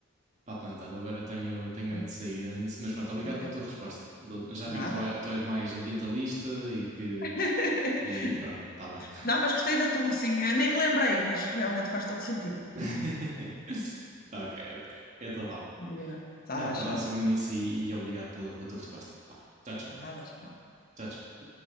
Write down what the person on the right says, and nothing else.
Ah, pronto, olha, eu agora tenho, tenho mesmo
de sair nisso, mas pronto, obrigado
pela tua resposta. Do- Já
vi que tu, vai- tu és mais ambientalista e que.
E, e pronto, está bem.
<laughs> Ok, ok. Então vá.
Até à próxima
nisso e, e obrigado pela, pela tua resposta. Vá. Tchau, tchau.
Tchau, tchau.